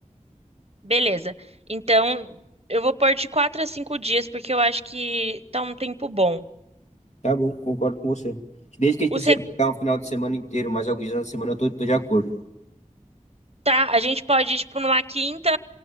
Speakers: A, on the right; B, on the left.
A: Beleza. Então, eu vou pôr de quatro a cinco dias, porque eu acho que tá um tempo bom.
B: Tá bom, concordo com você. Desde que a gente
A: O
B: consiga
A: se-
B: pegar um final de semana inteiro, mais alguns dias na semana, eu tô, tô de acordo.
A: tá, a gente pode ir, tipo, numa quinta